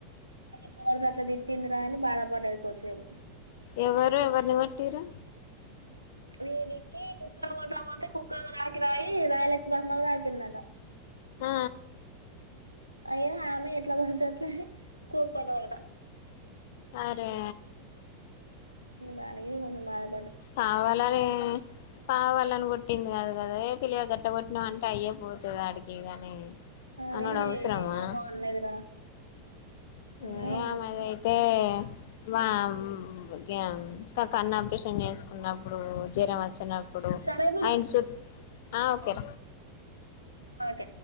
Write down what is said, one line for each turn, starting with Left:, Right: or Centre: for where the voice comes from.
Right: ఆమె ఎట్లా పడితే అట్లా తిట్టిందిరా అని బాధ పడ్డది కొద్దిసేపు.
Left: ఎవరు ఎవరిని కొట్టిరు
Right: మీ విక్కి కుక్కను కొట్ట పోతే కుక్కకు తాకి రాయి రాయలచ్చి మామ్మకి తాకిందంట.
Left: ఆ
Right: అయ్యో ఆమె ఎట్లా బడితే అట్లని కోప్పడ్డదట
Left: అరే
Right: దానికే కొంచెం బాధ్
Left: కావాలని కావాలని కొట్టింది కాదు కదా, ఏ పిల్లగ గట్ల కొట్టినావ్ అంటే అయ్యే పోతుది ఆడికి గాని
Right: అని
Left: అనుడు అవుసరమా
Right: ఏమేమో అన్నదిరా అని
Left: ఏ
Right: అన్నది
Left: ఆమెది అయితే, మా <unintelligible> క కన్ను ఆపరేష్ <unintelligible> చేసుకున్నప్పుడు జరం వచ్చి నప్పుడు
Right: సరే పిన్ని
Left: ఆయన చుట్ ఆ ఓకే
Right: ఓకే